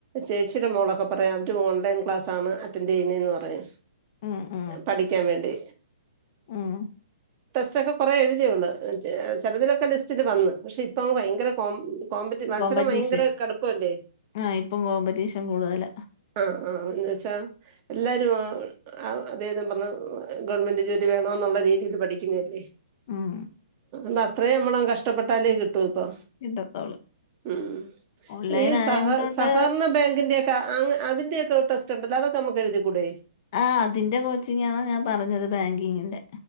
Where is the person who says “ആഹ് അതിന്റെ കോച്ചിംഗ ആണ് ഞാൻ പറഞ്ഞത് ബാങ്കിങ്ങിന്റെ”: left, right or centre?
Left